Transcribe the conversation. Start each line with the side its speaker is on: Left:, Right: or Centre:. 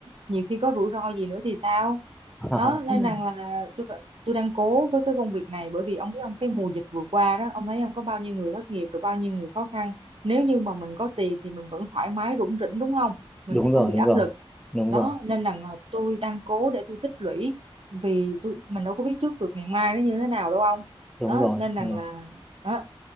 Right: nhiều khi có rủi ro gì nữa thì sao
Centre: <laughs>
Right: đó nên rằng là tôi tôi đang cố với cái công việc này bởi vì ông biết ông cái mùa dịch vừa qua đó ông thấy ông có bao nhiêu người thất nghiệp rồi bao nhiêu người khó khăn nếu như mà mình có tiền thì mình vẫn thoải mái rủng rỉnh đúng không mình
Centre: đúng
Right: sẽ
Centre: rồi
Right: không bị
Centre: đúng
Right: áp
Centre: rồi
Right: lực
Centre: đúng
Right: đó
Centre: rồi
Right: nên là, là tôi đang cố để tôi tích lũy vì tôi mình đâu có biết trước được ngày mai nó như thế nào đâu ông
Centre: đúng
Right: đó
Centre: rồi
Right: nên là,
Centre: đúng rồi
Right: là đó,